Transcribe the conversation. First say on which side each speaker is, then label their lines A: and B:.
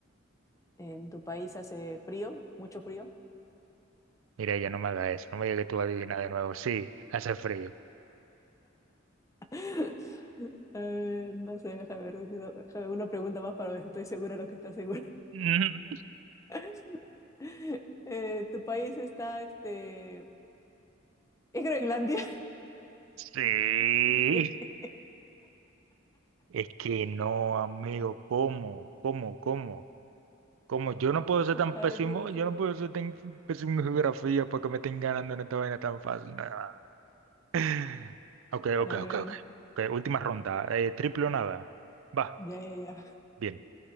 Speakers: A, on the left (about 15°); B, on the right (about 85°).
A: ¿En tu país hace frío? ¿Mucho frío?
B: Mira, ya no me hagas eso. No me digas que tú vas a adivinar de nuevo. Sí, hace frío.
A: <laughs> A ver, no sé, déjame ver, déjame déjame una pregunta más para ver si estoy segura de lo que estás segura.
B: Mm,
A: <laughs> Eh, ¿tu país está este, ¿Es Groenlandia?
B: Sí.
A: <laughs>
B: Es que no, amigo. ¿Cómo? ¿Cómo? ¿Cómo? ¿Cómo? Yo no puedo ser tan
A: Ay,
B: pésimo.
A: qué gracioso.
B: Yo no puedo ser tan pésimo en geografía porque me estén ganando en esta vaina tan fácil. Nada. <sighs> Ok,
A: A
B: ok,
A: ver,
B: ok, ok. Ok, última ronda. Eh, triple o nada. Va.
A: ya, ya,
B: Bien,